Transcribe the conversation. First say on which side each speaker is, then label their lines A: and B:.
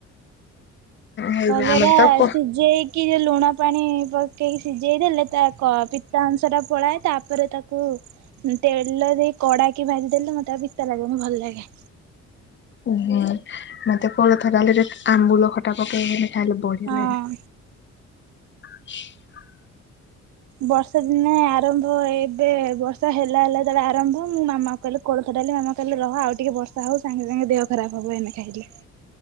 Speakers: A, on the left; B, on the right.
A: ହେଇ
B: କଲରା
A: ଆମର ତ କ
B: ସିଝେଇକି? କି ଯେ ଲୁଣ ପାଣି ପକେଇକି ସିଝେଇ ଦେଲେ ତା ପିତା ଅଂଶ ଟା ପଳାଏ ତାପରେ ତାକୁ। ତେଲ ଦେଇ କଡା କି ଭାଜି ଦେଲେ ମତେ ଆଉ ପିତା ଲାଗିବନି ଭଲ ଲାଗେ।
A: ଓ ହ ମତେ କୋଳଥ ଡାଲିରେ ଆମ୍ବୁଲ ଖଟା ପକେଇକି ଖାଇଲେ ବଢିଆ
B: ହଁ
A: ଲାଗେ। <unintelligible>
B: ବର୍ଷା ଦିନେ ଆରମ୍ଭ ଏବେ ବର୍ଷା ହେଲା ହେଲା ଯେତେବେଳେ ଆରମ୍ଭ ମୁଁ ମାମା କହିଲି କୋଳଥ ଡାଲି ମାମା କହିଲେ ରହ ଟିକେ ବର୍ଷା ହଉ ସାଙ୍ଗେ ସାଙ୍ଗେ ଦେହ ଖରାପ ହବ ଏନେ ଖାଇଲେ